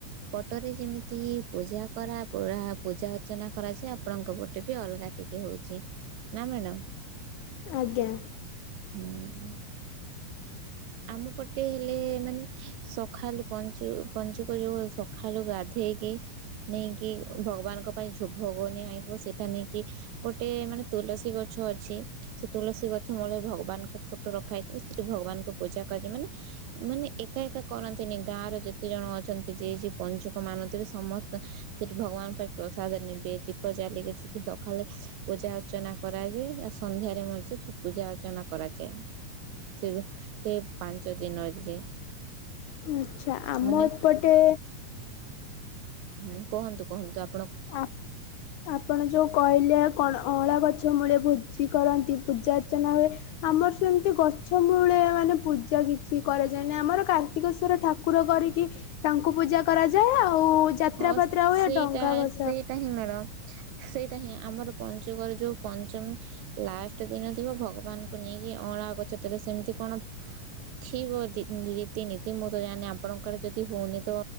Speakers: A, on the right; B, on the left.
A: ପଟରେ ଯେମିତି ପୂଜା କରା ପୁରା ପୂଜା ଅର୍ଚ୍ଚନା କରାଯାଏ ଆପଣଙ୍କ ପଟେ ବି ଅଲଗା ଟିକେ ହଉଛି ନା ମ୍ୟାଡ଼ାମ।
B: ଆଜ୍ଞା।
A: ହୁଁ <inaudible> ଆମ ପଟେ ହେଲେ ମାନେ ସଖାଳୁ ପଞ୍ଚୁ ପଞ୍ଚୁକ ଯୋଉ ସକାଳୁ ଗାଧୁ ହେେଇକି ନେଇକି ଭଗବାନଙ୍କ ପାଇଁ ଭୋଗନଆ ଆଇଥିବ ସେଇଟା ନେଇକି ଗୋଟେ ମାନେ ତୁଳସୀ ଗଛ ଅଛି ସେ ତୁଳସୀ ଗଛ ମୂଳ ଭଗବାନଙ୍କ ଫଟୋ ରଖା ହେଇଥିବ। ସେଠି ଭଗବାନଙ୍କୁ ପୂଜା କରାଯାଏ ମାନେ ମାନେ ଏକା ଏକା କରନ୍ତିନି ଗାଁର ଯେତେ ଜଣ ଅଛନ୍ତି ଯିଏ ଯିଏ ପଞ୍ଚୁକ ମାନୁ ଥିବେ ସମସ୍ତେ ସେଠି ଭଗବାନ ପାଇଁ ପ୍ରସାଦ ନେବେ ଦୀପ ଜାଲିକି ସେଠି ସକାଳେ ପୂଜା ଅର୍ଚ୍ଚନା କରାଯାଏ ଆଉ ସନ୍ଧ୍ୟାରେ ମଧ୍ୟ ପୂଜା ଅର୍ଚ୍ଚନା କରାଯାଏ। ସେ ସେ ପାଞ୍ଚ ଦିନରେ
B: ଆଛା ଆମ
A: ମାନେ
B: ଏପଟେ
A: ହୁଁ କୁହନ୍ତୁ କୁହନ୍ତୁଣ <inaudible>
B: ଆ ଆପଣ ଯୋଉ କହିଲେଣ ଅଁଳା କଛ ଗଛ ମୂଳେ ପୋଜି କରନ୍ତି ପୂଜ ଅଚ୍ଚନା ହୁଏ ଆମର ସେମିତି ଗଛ ମୂଳେ ମାନେ ପୂଜା କିଛି କରାଯାଏନହି ଆମର କାର୍ତ୍ତିକେଶଵର ଠାକୁର କରିକି ତାଙ୍କୁ ପୂଜା କରାଯାଏ ଆଉ ଆଉ ଯାତ୍ରା
A: ହଁ
B: ପାତ୍ରା ହୁଏ
A: ସେଇଟା
B: ଡଙ୍ଗା ଭସ
A: ସେଇଟା ହିଁ ମ୍ୟାଡ଼ମ୍ ସେଇଟା ହିଁ ଆମ ଆମର ପଞ୍ଚକର ଯୋଉ ପଞ୍ଚମୀ ଲାଷ୍ଟ ଦିନ ଥିବ ଭଗବାନଙ୍କୁ ନେଇକି ଅଳା ଗଛ ତବେ ସେମିତି କଣ ଥିବ ରୀତିନୀତି ମୁଁ ତ ଜାଣି ଆପଣଙ୍କର ଯଦି ହଉନି ତ